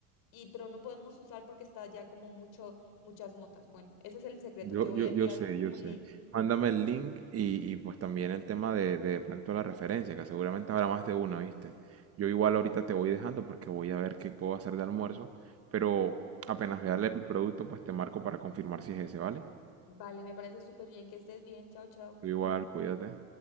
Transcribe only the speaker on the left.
y, pero no podemos usar porque está ya como mucho, muchas motas. Bueno, ese es el secreto.
Te voy
a enviar
un
link.
Vale, me parece súper bien que estés bien. Chao, chao.